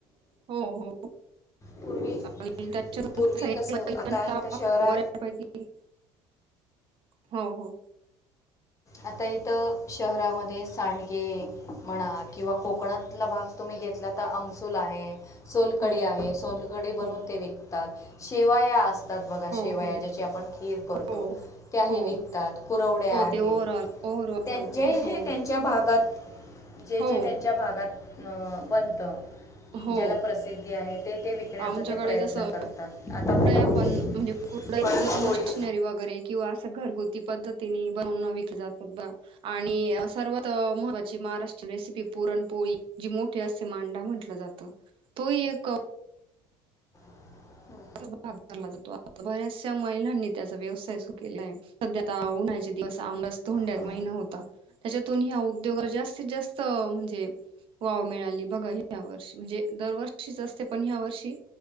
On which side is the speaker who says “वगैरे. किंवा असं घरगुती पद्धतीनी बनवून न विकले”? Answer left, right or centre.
Right